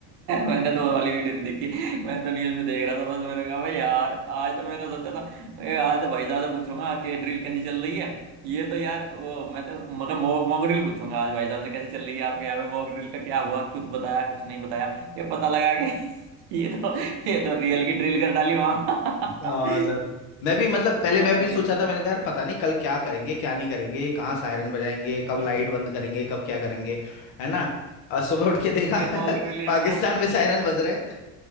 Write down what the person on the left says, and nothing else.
हाँ सर मैं भी मतलब पहले
मैं भी सोचा था मैंने कहा यार पता नहीं कल क्या करेंगे क्या नहीं करेंगे कहाँ सायरन बजाएंगे कब
लाइट बंद करेंगे कब क्या करेंगे है ना और सुबह उठ के देखा
<laughs>
पाकिस्तान
में सायरन बज रहे हैं